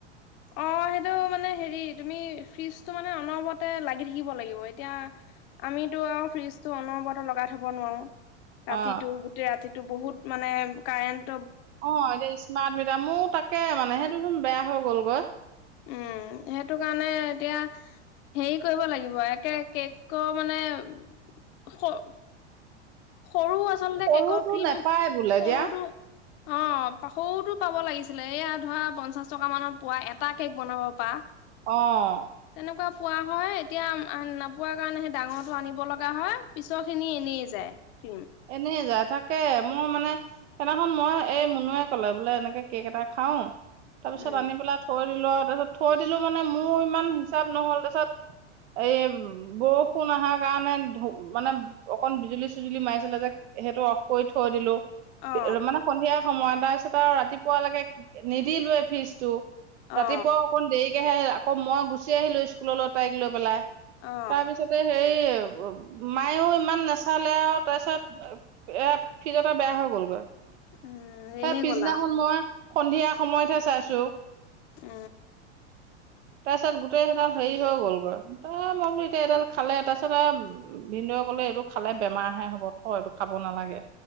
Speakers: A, on the left; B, on the right.
A: অ সেইটো মানে হেৰি তুমি ফ্ৰিজটো মানে অনবৰতে লাগি থাকিব লাগিব এতিয়া আমিতো আৰু ফ্ৰিজটো অনবৰতে লগাই থব নোৱাৰো। ৰাতিটো
B: অ
A: গোটেই ৰাতি বহুত মানে কাৰেণ্ট
B: অ এতিয়া স্মাৰ্ট মিটাৰ মইয়ো তাকে মানে সেইটোচোন বেয়া হৈ গ'লগৈ।
A: উম সেইটো কাৰণে এতিয়া হেৰি কৰিব লাগিব একে কেকৰ মানে স সৰু আচলতে
B: সৰুটো
A: কেকৰ ক্ৰীম
B: নেপায় বোলে
A: সৰুটো
B: দিয়া
A: অ পা সৰুটো পাব লাগিছিলে এয়া ধৰা পঞ্চাশ টকা মানত পোৱা এটা কেক বনাব পা
B: অ
A: তেনেকুৱা পোৱা হয় এতিয়া নাপোৱা কাৰণেহে ডাঙৰটো আনিব লগা হয় পিছৰখিনি এনেই যায়। উম
B: এনেই যাই। তাকে মই মানে সেইদিনাখন মই এই মুনুৱে কলে বোলে এনেকে কেক এটা খাওঁ। তাৰপিছত
A: উম
B: আনি পেলাই থৈ লোৱা তাৰপিছত থৈ দিলো মানে মোৰ ইমান হিচাপ নহ'ল তাৰ পিছত এই বৰষুণ অহাৰ কাৰণে ধ মানে অকন বিজুলী চিজুলি মাৰিছে ছিলে যে সেইটো অফ কৰি থৈ দিলো
A: অ
B: মানে সন্ধিয়া সময় তাৰপিছত আৰু ৰাতিপুৱালৈকে নিদিলোে ফিজ টো ৰাতিপুৱা
A: অ
B: অকণ দেৰি <unintelligible> আকৌ মই গুচি আহিলো স্কুললৈ তাইক লৈ পেলাই
A: অ
B: তাৰপিছতে সেই মায়েও ইমান নাচালে আৰু তাৰ পিছত এয়া ফ্ৰিজ এটা বেয়া হৈ গ'লগে
A: উম এনেই
B: এ পিছদিনাখন
A: গ'লা
B: মই সন্ধিয়া সময়তহে চাইছো
A: উ
B: তাৰপিছত গোটেই সেইডাল হেৰি হৈ গ'লগৈ ত মই কলো এতিয়া এডাল খালে তাৰপিছত আৰু ভিনদেউৱে কলে এইটো খালে বেমাৰ হে হ'ব <unintelligible> টো আৰু খাব নালাগে